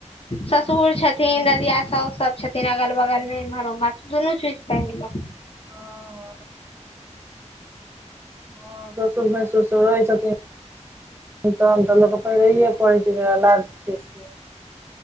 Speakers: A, on the right; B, on the left.
A: हँ
B: ससुर छथिन ददिया सौस सब छथिन अगल बगल मे इम्हरओम्हर त दुनू चीज पहिरलौं
A: हँ हँ हँ ससुर भैसुर सब रहै छथिन तहन तऽ लोक के पैहरए पड़ै छै जेकरा लाज छै से